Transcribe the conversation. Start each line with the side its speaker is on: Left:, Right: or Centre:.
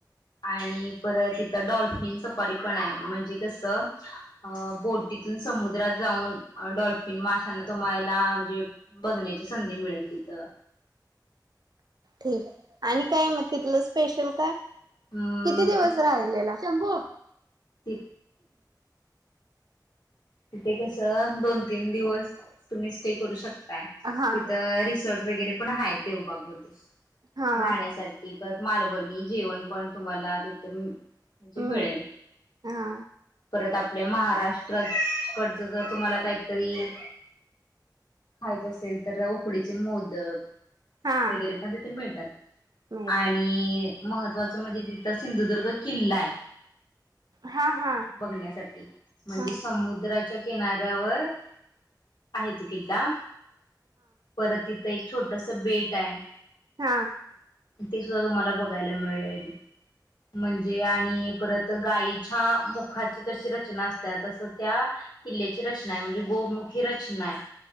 Left: आणि परत तथं डॉल्फिन सपारी पण आहे म्हणजे कसं बोटीतून समुद्रात जाऊन डल्फ माशांना तुम्हाला म्हणजे बघण्याची संधी मिळेल तिथं
Right: क आणि काय मग तिथलं स्पेशल काय
Left: अम
Right: किती दिवस राहिलेला शंभू
Left: ति तिथे कस दोन तीन दिवस तुम्ही स्टे करू शकता
Right: हा
Left: तिथ रिसॉर्ट वगैरे पण आहेत देवबाग म
Right: हा
Left: राहण्यासाठी मालवणी जेवण पण तुम्हाला तिथ म्हणजे
Right: हम्म
Left: मिळेल
Right: हा
Left: परत आपल्या महाराष्ट्रात जर तुम्हाला काहीतरी खायच असेल तर उकडीचे मोदक
Right: हा
Left: वगैरे पण तिथे मिळतात
Right: मिळत
Left: आणि मह म्हणजे तिथ सिंधुदुर्ग किल्ला आहे
Right: हा हा
Left: बघण्यासाठी म्हणजे
Right: हा हा
Left: समुद च्या किनाऱ्यावर आहे तू किल्ला परत इथं एक छोटस बेट आहे
Right: हा
Left: ते सुद्धा तुम्हाला बघायला मिळेल म्हणजे आणि परत गायच्या मुखाची कशी रचना असत असं त्या किल्ल्याची रचना आहे म्हणजे गोमुखी रचना आहे